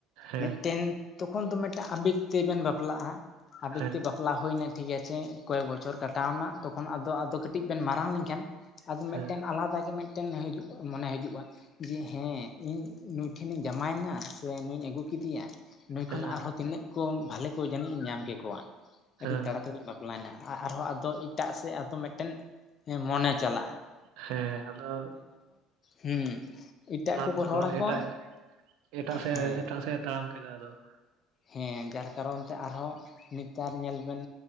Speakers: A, on the right; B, on the left.
A: ᱦᱮᱸ
B: ᱢᱤᱫᱴᱮᱱ
A: ᱾
B: ᱛᱚᱠᱷᱚᱱ ᱫᱚ ᱢᱮᱫᱴᱟᱜ ᱟᱵᱮᱠ ᱛᱮᱵᱮᱱ ᱵᱟᱯᱞᱟᱜᱼᱟ ᱾ ᱟᱵᱮᱠ
A: ᱦᱮᱸ
B: ᱛᱮ ᱵᱟᱯ ᱵᱟᱯᱞᱟ ᱦᱳᱭ ᱮᱱᱟ ᱴᱷᱤᱠ ᱟᱪᱷᱮ, ᱠᱚᱭᱮᱠ ᱵᱚᱪᱷᱚᱨ ᱠᱟᱴᱟᱣ ᱮᱱᱟ ᱛᱚᱠᱷᱚᱱ ᱟᱫᱚ ᱟᱫᱚ ᱠᱟᱹᱴᱤᱡ ᱵᱮᱱ ᱢᱟᱨᱟᱝ ᱞᱮᱱᱠᱷᱟᱱ ᱟᱫᱚ ᱢᱮᱫ
A: ᱦᱮᱸ
B: ᱟᱞᱟᱫᱟ ᱜᱮ ᱢᱮᱫᱴᱮᱱ ᱦᱟᱹᱡᱩᱜ ᱢᱚᱱᱮ ᱦᱤᱡᱩᱜᱼᱟ ᱾ ᱡᱮ ᱦᱮᱸ ᱤᱧ ᱱᱩᱭ ᱴᱷᱮᱱᱤᱧ ᱡᱟᱢᱟᱭᱮᱱᱟ ᱥᱮ ᱱᱩᱭᱤᱧ ᱟᱹᱜᱩ ᱠᱤᱫᱤᱭᱟ ᱱᱩᱭ ᱠᱷᱚᱱ
A: ᱦᱮᱸ
B: ᱟᱨᱦᱚᱸ ᱛᱤᱱᱟᱹᱜ ᱠᱚᱢ ᱵᱷᱟᱞᱮ ᱠᱚ ᱡᱟᱹᱱᱤᱡ ᱤᱧ ᱧᱟᱢ ᱠᱮᱠᱚᱣᱟ ᱾
A: ᱦᱮᱸ
B: ᱟᱹᱰᱤ ᱛᱟᱲᱟ ᱛᱟᱹᱲᱤᱧ ᱵᱟᱯ ᱵᱟᱯᱞᱟᱭᱱᱟ, ᱟ ᱟᱨᱦᱚᱸ ᱟᱫᱚ ᱤᱴᱟᱜ ᱥᱮᱜ ᱟᱫᱚ ᱢᱮᱫᱴᱮᱱ ᱢᱚᱱᱮ ᱪᱟᱞᱟᱜᱼᱟ ᱾
A: ᱦᱮᱸ ᱟᱫᱚ
B: ᱦᱮᱸ ᱮᱴᱟᱜ
A: ᱚᱱᱟ
B: ᱠᱚᱠᱚ
A: ᱫᱚ ᱛᱚᱠᱷᱚᱱ
B: ᱨᱚᱲ ᱟᱠᱚᱣᱟ
A: ᱮᱴᱟᱜ ᱮᱴᱟᱜ ᱥᱮᱜ
B: ᱦᱮᱸ
A: ᱮᱴᱟᱜ ᱥᱮᱜ ᱮ ᱛᱟᱲᱟᱢ ᱠᱮᱫᱟ ᱟᱫᱚ ᱾
B: ᱦᱮᱸ ᱡᱟᱨ ᱠᱟᱨᱚᱱ ᱛᱮ ᱟᱨᱦᱚᱸ ᱱᱤᱛᱟᱨ ᱧᱮᱞ ᱵᱮᱱ